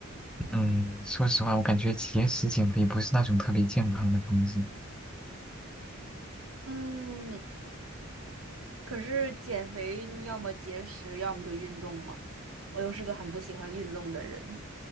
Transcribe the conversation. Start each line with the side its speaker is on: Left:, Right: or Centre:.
Centre: 嗯，说实话，我感觉节食减肥不是那种特别健康的方式。
Right: 嗯，可是减肥你要么节食，要么就运动嘛。我又是个很不喜欢运动的人，